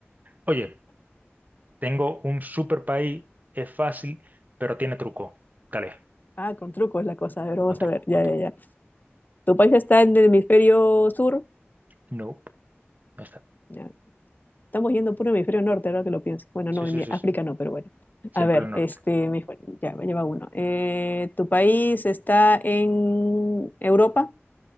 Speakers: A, on the right (about 40°); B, on the left (about 40°).
A: Oye, tengo un super país, es fácil, pero tiene truco. Dale,
B: Ah, con trucos la cosa. A ver, vamos
A: con truco,
B: a ver. Ya,
A: con truco.
B: ya, ya. ¿Tu país está en el hemisferio sur?
A: No, no está.
B: Ya. Estamos yendo puro hemisferio norte, ahora que lo pienso. Bueno,
A: Sí,
B: no,
A: sí,
B: en mi
A: sí,
B: África
A: sí.
B: no, pero bueno.
A: Siempre
B: A ver,
A: el norte.
B: este, mi- ya, me lleva uno. Eh, ¿tu país está en Europa?